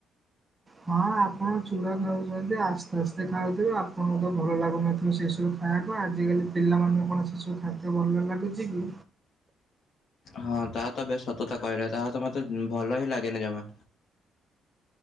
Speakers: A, on the right (about 20°); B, on the left (about 60°).
A: ହଁ ଆପଣ ଚୁଡ଼ା ଖାଉଚନ୍ତି ଆସ୍ତେ ଆସ୍ତେ ଖାଉଥିବେ ଆପଣଙ୍କୁତ ଭଲ ଲାଗୁନଥିବ ସେସବୁ ଖାଇବାକୁ ଆଜିକାଲି ପିଲାମାନଙ୍କୁ କଣ ସେସବୁ ଖାଦ୍ୟ ଭଲ ଲାଗୁଚିକି?
B: ହଁ ତାହାତ ବେଶ୍ ସତଥା କହିଲେ ତାହାତ ମତେ ଉଁ ଭଲହିଁ ଲାଗେନି ଜମା।